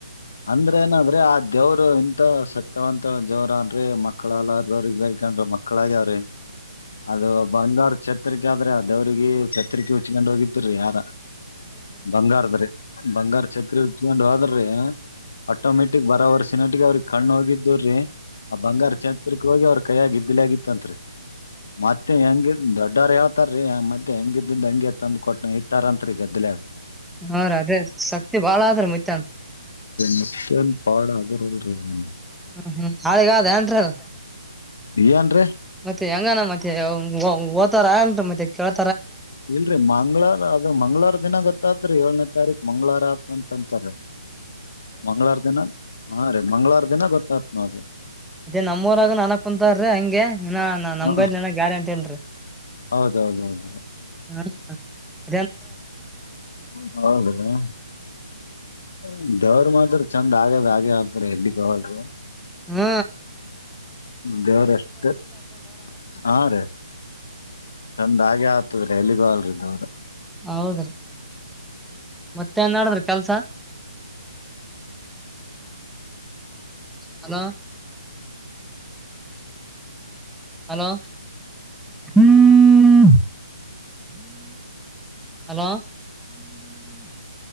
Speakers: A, on the left; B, in the centre.
A: ಅಂದ್ರ ಏನಾದ್ರೆ ಆ ದೇವರು ಇಂತಥ ಸತ್ಯವಂತ ದೇವರ ಅನ್ರಿ ಮಕ್ಕಳ ಹಾಗಲಾರದವರು ಬೇಡಿಕೊಂಡರ ಮಕ್ಕಳ ಹಾಗವ ರೀ ಅದು, ಬಂಗಾರ ಛತ್ರಿಕೆ, ಆದ್ರೆ ದೇವ್ರರಿಗೆ ಛತ್ರಿಕೆ ಹುಚ್ಕೊಂಡು ಹೋಗಿದ್ರೀ ಯಾರ. ಬಂಗಾರಾಧ್ರಿ, ಬಂಗಾರ ಛತ್ರಿ ಉಚ್ಚುಕೊಂಡು ಹೋದ್ರೆ.. <unintelligible> <inaudible> ಆಟೋಮೆಟಕ್, ಬರವರ್ಷ ಟಕ, ಅವ್ರಿಗೆ, ಕಣ್ಣು ಹೋಗಿದ್ರಿ ಆ, ಬಂಗಾರ ಚೇತ್ರಿಕ್ಕೆ ಹೋಗಿ ಅವರು ಕೈಯಗ, ಇಧಿಲಾಗ, ಇತ್ಯಂತೂರಿ ಮತ್ತೆ, ಹೆಂಗೀದರು, ದೊಡ್ವರು, ಹೇಳೂ ಅನುತ್ತಾರೆ ರಿ ಆ ಮತ್ತೆ ಹೆಂಗ ಇದಂಗೆ ತಂದುಕೊಟ್ಟ ಇಟ್ಟಾರಂತ ಗದಲೆಗ
B: ಹಾ, ರೀ. ಅದೇ ಶಕ್ತಿ ಬಾಳ ಅದುರಿ ಮುತ್ತೇನು
A: ಮತ್ತೇನು! ಪವಾಡ, ಅದೇ, ಅಲ್ರೀ ಇನ್ನೇನು?
B: ಹ್ಮ್, ಹ್ಮ್, ಹಾಳಿಗ, ಏನುತಾರದು..
A: ಏನ್ರರಿ
B: ಮತ್ತೆ, ಹೆಂಗಾನ ಮತ್ತೆ! ಓತಾರ ಆಲ್ ಮತ್ತೆ ಕೇಳ್..
A: ಇಲ್ರರಿ ಮಂಗಳವಾರ, ಅದ ಮಂಗಳವಾರ ದಿನ ಗೊತ್ತತ್ರಿ ಏಳನೇ ತಾರೀಕ್ ಮಂಗಳವಾರ ಆತ ಅಂತ ಅನ್ನುತ್ತಾರೆ, ರಿ. ಮಂಗಳವಾರ ದಿನ! ಹಾ, ರೀ! ಮಂಗಳವಾರ ದಿನ ಗೊತ್ತಾಯ್ತ್ ನೋಡ್ರಿ!
B: ಅದೇ ನಮ್ಮಊರಾಗ ನಾನು ಕುಂತಾರ್ರೀ! ಹಾಂಗೆ ನಾ ನಂಬಲ್ಲ
A: ಹ
B: ಗ್ಯಾರಂಟಿ, ಇಲ್ರರಿ.
A: ಹೌದೌದೌದು
B: ಹಾ.. <inaudible>
A: ಹೌದುರಿ <inaudible> ದೇವರು ಮಾತ್ರ ಚಂದ್ ಆಗದು ಹಾಗೆ <unintelligible>
B: ಹ್ಮ್
A: ದೇವರೆ ಎಷ್ಟೇ <inaudible> ಹಾ ರೀ <inaudible> ಚಂದ ಹಾಗೆ ಆಗ್ತದ್ರೀ ಎಲ್ಲಿಗೋ ಅಲ್ರಿ ಹೌದು
B: ಹೌದ್ರೀ ಮತ್ತೆಏನ್ ನಡ್ಡದ್ರಿ ಕೆಲ್ಸ ಹಲೋ ಹಲೋ ಹ್ಮ್ ಹಲೋ